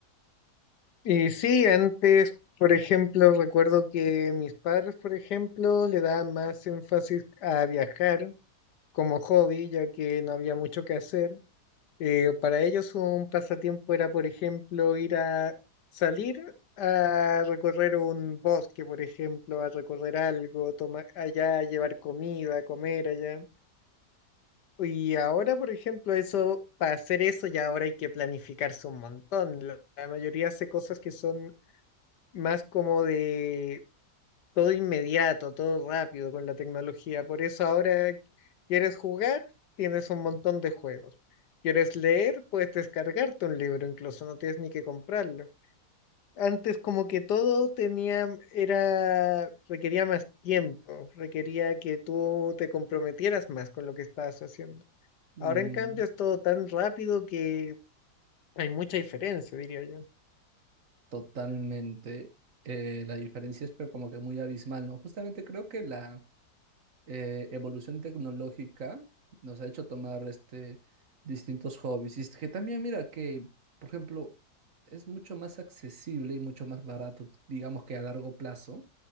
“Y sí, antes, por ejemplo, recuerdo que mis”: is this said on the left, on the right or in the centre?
Left